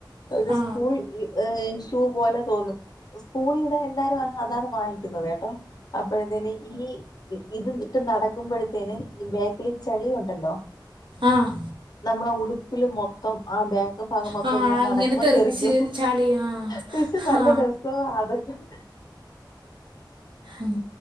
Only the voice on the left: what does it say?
<unintelligible> അത്
സ്കൂൾ <unintelligible> പോലെ തോന്നും സ്കൂളിലിടെ എല്ലാരും അതാണ് വാങ്ങിക്കുന്നത് കേട്ടോ അപ്പോഴത്തേെന് ഈ ഇത്ട്ട് നടക്കുമ്പോഴത്തേ ഈ ബേക്കിൽ ചെളിയുണ്ടല്ലോ
നമ്മളെ ഉടുപ്പില് മൊത്തം ആഹ് <unintelligible> പക മത്ത
ഇൻ നടക്കുമ്പോ
തെറിക്കും
പേച്ചി നല്ല
രസം അതൊക്കെ <inaudible>